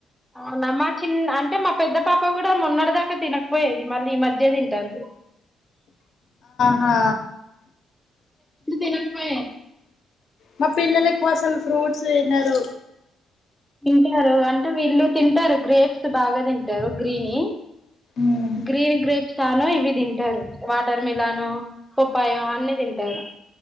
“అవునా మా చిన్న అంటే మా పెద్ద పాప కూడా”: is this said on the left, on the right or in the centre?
Centre